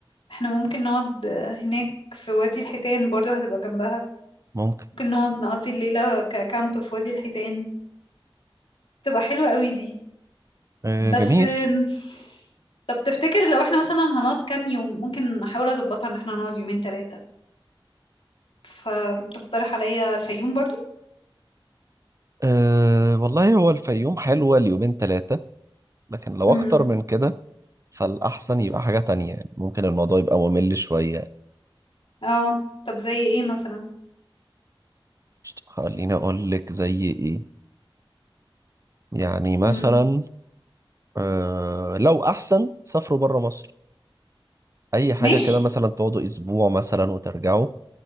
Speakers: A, on the left; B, on the right.
A: احنا ممكن نقعد هناك في وادي الحيتان برضو هتبقى جنبها
B: ممكن
A: ممكن نقعد نقضي الليلة ككامب في وادي الحيتان تبقى حلوة قوي دي
B: آه
A: بس
B: جميل
A: ام، طب تفتكر لو احنا مثلا هنقعد كام يوم ممكن احاول اظبطها ان احنا نقعد يومين ثلاثة فتقترح عليا الفيوم برضو
B: آه والله هو الفيوم حلوة ليومين ثلاثة لكن لو
A: امم
B: أكتر من كده فالأحسن يبقى حاجة تانية يعني ممكن الموضوع يبقى ممل شوية
A: اه طب زي ايه مثلا
B: خليني أقول لك زي إيه يعني مثلا
A: امم
B: آه لو أحسن سافروا بره مصر أي حاجة
A: ماشي
B: كده مثلا تقعدوا أسبوع مثلا وترجعوا